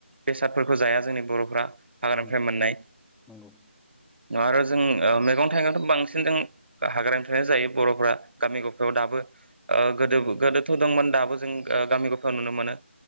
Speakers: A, on the right (about 60°); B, in the centre.
A: बेसादफोरखौ जाया जोंनि बर'फ्रा हाग्रानिफ्राय
B: नंगौ
A: मोननाय
B: नंगौ।
A: आरो जों ओ मैगं थाइगंथ' बांसिन जों हाग्रानिफ्रायनो जायो बर'फ्रा गामि गफायाव दाबो ओ गोदो
B: नंगौ
A: गोदोथ' दंमोन दाबो जों गामि गफायाव नुनो मोनो